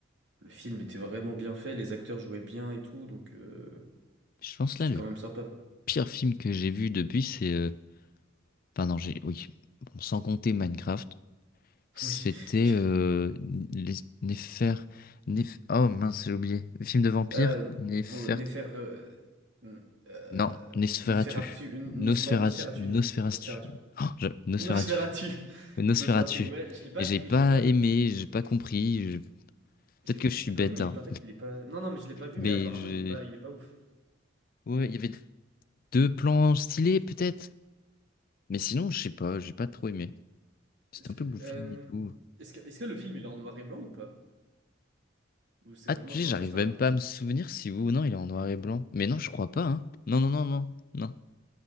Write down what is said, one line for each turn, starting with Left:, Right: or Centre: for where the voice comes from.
Right: le film était vraiment bien fait, les acteurs jouaient bien et tout. Donc, euh,
Left: Je pense
Right: c'était
Left: là, le
Right: quand même sympa.
Left: pire film que j'ai vu depuis, c'est. euh, Enfin, non, j'ai. Oui. Bon, sans compter Minecraft.
Right: <laughs>
Left: C'était
Right: Oui, ok.
Left: euh, les Néfer... Nef... Oh mince, j'ai oublié. Film de vampire?
Right: Euh,
Left: Nef...
Right: oh, Néfer. Euh, n- euh,
Left: Non, Nosferatu.
Right: Néferaptu. N-
Left: Nosferatu.
Right: Nesfor- Nosferatu.
Left: Nos...
Right: Nos- Nosferatu.
Left: oh, je- Nosferatu.
Right: Nosferatu. <laughs>
Left: Nosferatu.
Right: Nosferatu. Ouais, je l'ai pas
Left: J'ai
Right: vu,
Left: pas
Right: je l'ai pas vu.
Left: aimé, j'ai pas compris. je- Peut-être
Right: J'ai-
Left: que je
Right: Je
Left: suis
Right: l'ai pas
Left: bête,
Right: vu, mais
Left: hein.
Right: il paraît qu'il est pas. Non, non, mais je l'ai pas vu,
Left: Mais
Right: mais apparemment
Left: j'ai...
Right: il est pas, il est pas ouf.
Left: Ouais, il y avait deux plans stylés, peut-être. Mais sinon, je sais pas, j'ai pas trop aimé. C'était
Right: Je-
Left: un peu bouffi
Right: euh,
Left: et tout.
Right: Est-ce que, est-ce que le film il est en noir et blanc ou pas? Ou c'est
Left: Ah,
Right: vraiment
Left: tu
Right: genre
Left: sais, j'arrive
Right: juste un.
Left: même pas à me souvenir si vous ou non, il est en noir et blanc. Mais non, je crois pas, hein. Non, non, non, non, non.